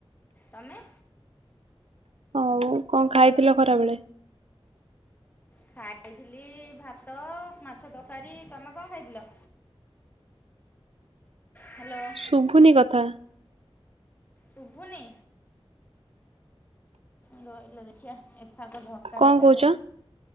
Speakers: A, on the left (about 20°); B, on the right (about 80°).
A: ତମେ?
B: ହଉ କଣ ଖାଇଥିଲ ଖରାବେେଳେ?
A: ଖାଇଥିଲି ଭାତ ମାଛ ତରକାରୀ। ତମେ କଣ ଖାଇଥିଲ?
B: <inaudible>
A: ହ୍ୟାଲୋ।
B: ଶୁଭୁନି କଥା।
A: ଶୁଭୁନି? ରହିଲ ଦେଖିବା ଏଫାକ ଝରକାଟା
B: କଣ
A: କାଢେ।
B: କହୁଛ?